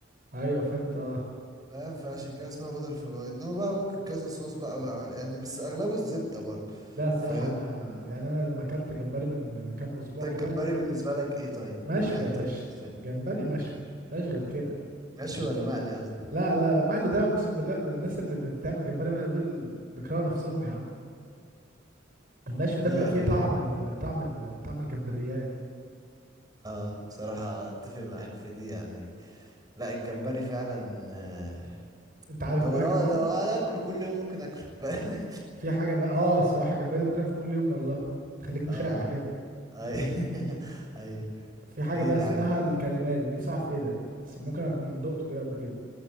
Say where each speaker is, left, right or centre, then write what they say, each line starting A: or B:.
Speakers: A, on the right; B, on the right.
A: ايوه فهمت اه
B: فاهم فعشان كده اسمها بتر فلاي انما بقى ممكن كذا صوص بقى, بقى يعني بس اغلبه الزبده برضه
A: لا الصراحه
B: فاهم
A: انا يعني انا لما اكلت جمبري من من كام اسبوع
B: انت
A: كده
B: الجمبري بالنسبه لك ايه طيب
A: مشوي
B: يعني
A: يا
B: طريقته
A: باشا
B: ازاي
A: جمبري مشوي مفيهاش غير كده
B: مشوي
A: جم...
B: ولا مقلي قصدك
A: لا لا لا مقلي ده اقسم بالله الناس اللي بتعمل جمبري مقلي دول بيكرهوا نفسهم يا عم المشوي
B: لا
A: ده بيبقى
B: يا
A: فيه
B: راجل
A: طعم ال... طعم ال... طعم الجمبريات
B: اه بصراحه اتفق معاك في دي يعني لا الجمبري فعلا آه،
A: انت عارف
B: لو
A: بقى
B: لو
A: كمان
B: لو هاكله كل يوم ممكن اكله <laughs> فاهم؟
A: في حاجه بقى اه الصراحه الجمبري ده ممكن اكله كل يوم والله تخليك مشاع
B: اه
A: كده
B: اي
A: انت
B: <laughs> اي
A: في حاجه
B: ايه
A: بقى
B: الحاجه
A: اسمها الكاليماري نفسي اعرف ايه ده بس ممكن اكون دقته كده قبل كده